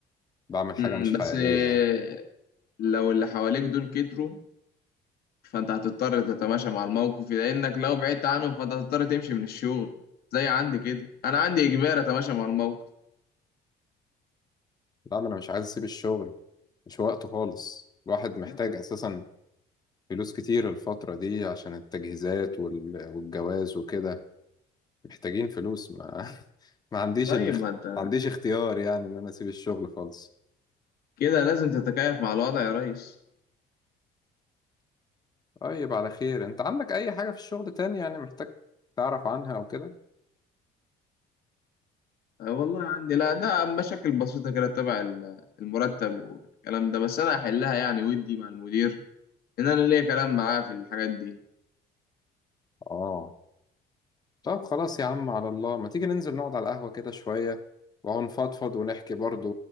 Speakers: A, on the left; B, on the left.
A: بعمل حاجة
B: مم،
A: مش
B: بس
A: حقيقية
B: آه،
A: يعني
B: لو اللي حواليك دول كتروا فانت هتضطر تتماشى مع الموقف لانك لو بعدت عنهم فانت هتضطر تمشي من الشغل زي عندي كده انا عندي اجبار اتماشى مع الموقف
A: لا ما أنا مش عايز أسيب الشغل مش وقته خالص الواحد محتاج
B: لا
A: أساسا فلوس كتير الفترة دي عشان التجهيزات وال- والجواز وكده محتاجين فلوس ما, <laughs> ما عنديش
B: طيب
A: اللي ما
B: ما انت
A: عنديش اختيار يعني إن أنا أسيب الشغل خالص
B: كده لازم تتكيف مع الوضع يا ريس
A: طيب على خير أنت عندك أي حاجة في الشغل تاني يعني محتاج تعرف عنها أو كده؟
B: أه والله عندي لا ده مشاكل بسيطة كده تبع ال- المرتب والكلام ده بس انا هحلها يعني ودي مع المدير ان انا ليا كلام معاه في الحاجات دي
A: آه طب خلاص يا عم على الله ما تيجي ننزل نقعد على القهوة كده شوية ونفضفض ونحكي برضو